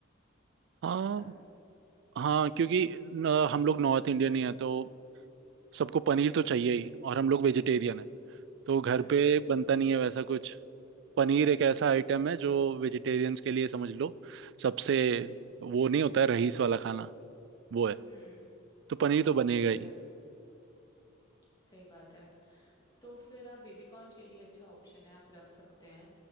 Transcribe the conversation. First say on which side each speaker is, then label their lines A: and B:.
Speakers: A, on the right; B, on the left.
A: हाँ
B: ऐसा
A: हाँ क्योंकि न, हम लोग नॉर्थ इंडियन ही हैं तो सबको पनीर तो चाहिए
B: हम्म
A: ही और हम लोग वेजिटेरियन है तो घर
B: हम्म
A: पे बनता नहीं है वैसा कुछ पनीर एक ऐसा
B: हम्म
A: आइटम है जो वेजिटेरियंस के लिए समझ लो सबसे वो नहीं होता है रईस वाला खाना वो है
B: हम्म
A: तो पनीर
B: हम्म
A: तो बनेगा
B: ये तो
A: ही
B: है सही बात है तो फिर आप बेबी कॉर्न चिल्ली अच्छा ऑप्शन है आप रख सकते हैं